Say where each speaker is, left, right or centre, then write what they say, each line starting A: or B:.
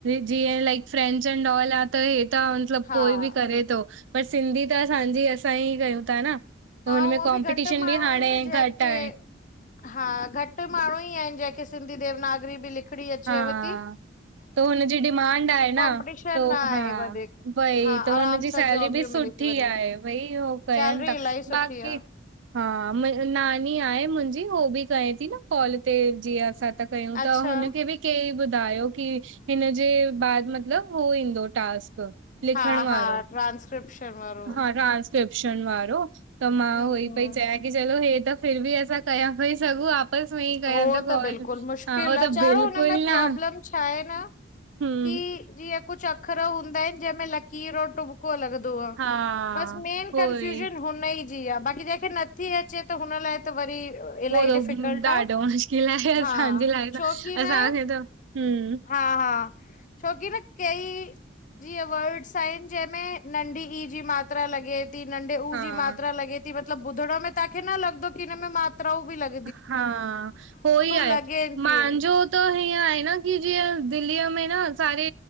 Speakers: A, on the right; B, on the left.
A: जीअं like French and all app. त हे त मतलब
B: हा
A: कोई बि करे तो पर सिंधी त असांजी असां ई कयूं था न? त हुनमें
B: हा उअ
A: कॉम्पिटिशन
B: बि घट माण्हू
A: बि हाणे
B: आहिन न जेके,
A: घटि आहे।
B: हा घट माण्हू ई आहिन जेके। सिंधी देवनागरी बि लिखणी अचेव
A: हा
B: तीं?
A: त, हुनजी डिमांड आहे न,
B: कॉम्पिटीशन
A: त
B: न आहे
A: हा
B: वधीक
A: भई
B: हा
A: त हुनजी
B: आराम
A: सैलेरी
B: सां जॉबियूं
A: बि सुठ।
B: मिली
A: सुठी
B: थी वञनि
A: आहे भई हो कयन
B: सैलरी
A: था
B: इलाही सुठी
A: बाक़ी।
B: आ
A: हा, नानी आहे मुंजी, हो बि कये थी न कॉल ते जीअं असां। था कयूं तां
B: अच्छा
A: हुनखे बि। कै ॿुधायो की, हिन जे बाद, मतलब हो ईन्दो टास्क। लिखण
B: हा
A: वारो,
B: हा ट्रांस्क्रिप्शन वारो
A: हा रास। किरप्शन वारो, त मां
B: हम
A: उह
B: हम
A: पई चये। की चलो, हे त फिर बि असां कयां पई सघूं, आपस में ई कांया
B: हो
A: त कॉल।
B: बिल्कुलु मुश्किल
A: हा, उह
B: आ
A: त
B: चाणो
A: बिल्कुल
B: हुनमें प्रॉब्लम
A: न।
B: छा हे न
A: हम्म
B: की, जीअं कुछ अखर हूंदाईन जंहिंमें लकीर ओर टु। पो लॻंदो आं,
A: हा
B: बस मेन
A: उहोई
B: कंफ्यूजन हुन ई जी आं बाक़ी जहिंखे नथी अचे। त हुन लाइ त वरी। इलाही
A: उह त
B: डिफिकल्ट
A: ॾाढो
B: आ
A: मुश्किल आहे असांजे
B: हा
A: लाइ त
B: छोकी
A: असांखे
B: न
A: त हं।
B: हा- हा, छोकी न कई। जीअ वर्ड्स आहिन, जंहिंमें नंढी ई जी मात्रा लॻे। ती नंढे उऊ
A: हा
B: जी मात्रा लॻे थी मतलब ॿुधण में तांखे न लॻंदो, की हिन में मात्राऊ बि लॻ।
A: हा, पो ही आहे
B: लॻेनि
A: मांजो।
B: थियूं
A: त हीअं आहे न की जीअं दिल्लीअ में, न सारे